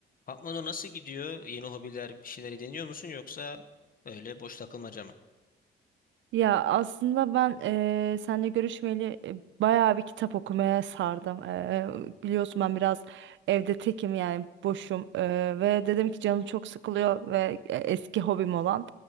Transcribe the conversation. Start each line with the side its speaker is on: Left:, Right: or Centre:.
Left: Patmano nasıl gidiyor? Yeni hobiler, bir şeyleri deniyor musun yoksa öyle boş takılmaca mı?
Right: Ya aslında ben eee seninle görüşmeli e, bayağı bir kitap okumaya sardım. Eee, biliyorsun ben biraz evde tekim yani boşum Eee, ve dedim ki canım çok sıkılıyor ve e, eski hobim olan